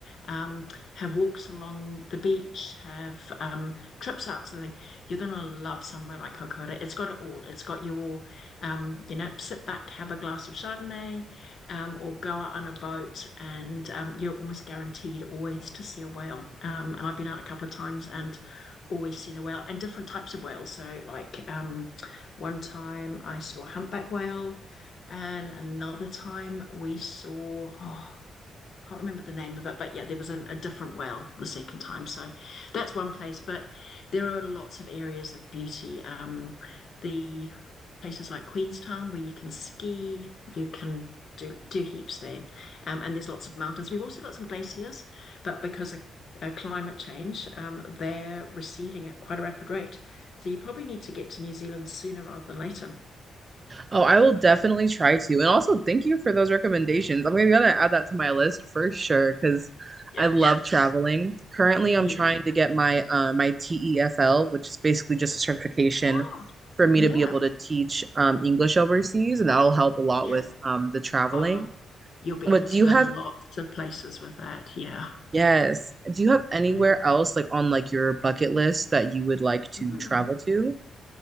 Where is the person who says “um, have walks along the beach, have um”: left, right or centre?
Left